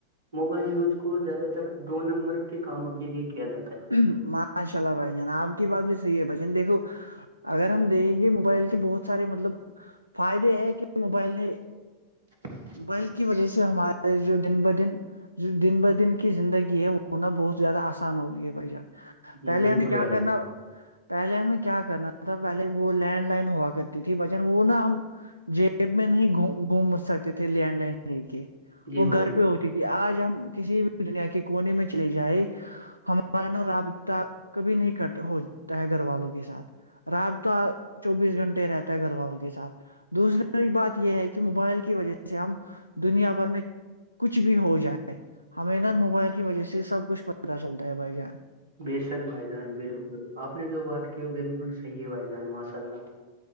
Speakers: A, on the right (about 65°); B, on the right (about 80°).
A: موبائل یوز کو زیادہ تر دو نمبر کے کاموں کے لیے کیا جاتا ہے
B: بھائی، ماشاء اللہ بھائی جان آپ کی بات بھی صحیح ہے بھائی جان دیکھو اگر ہم دیکھیں گے موبائل کے بہت سارے مطلب فائدے ہے کہ موبائل نے
A: <inaudible> <inaudible>
B: بل کی وجہ سے ہمارے جو دن بدن دن ب دن کی زندگی ہے وہ ہونا بہت زیادہ آسان ہو گئی ہے بھائی جان
A: جی
B: پہلے
A: بالکل
B: یعنی کیا
A: بھائی
B: کرنا
A: جان
B: پہلے ہمیں کیا کرنا تھا پہلے وہ لینڈ لائن ہوا کرتی تھی بچن وہ نا ہم جیب میں نہیں گ گھوم سکتے تھے لینڈ لائن لے کے
A: جی
B: وہ
A: بھائی
B: گھر
A: جان
B: پہ ہوتی تھی آج ہم کسی بھی دنیا کے کونے میں چلے جائائے ان رابطہ کبھی نہیں کٹ ہوتا ہے گھر والوں کے ساتھ رات تو چوبیس گھنٹے رہتا ہے گھر والوں کے ساتھ دوسری بات یہ ہے کہ موبائل کی وجہ سے ہم دنیا بھر میں کچھ بھی ہو جائےیں ہمیں نہ موبائل کی وجہ سے سب کچھ پتہ چلتا ہے بھائی جان
A: بے شک بھائی جان بالکل آپ نے جو بات کی وہ بالکل صحیح ہے بھائی جان ماشاء اللہ